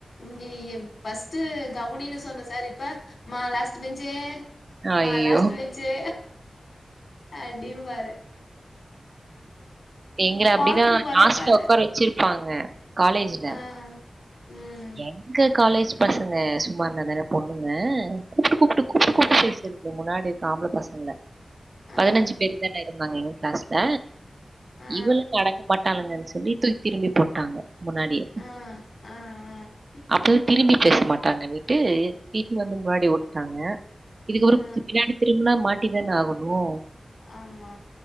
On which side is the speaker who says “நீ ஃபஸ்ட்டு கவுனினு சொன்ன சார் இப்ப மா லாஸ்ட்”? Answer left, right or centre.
Left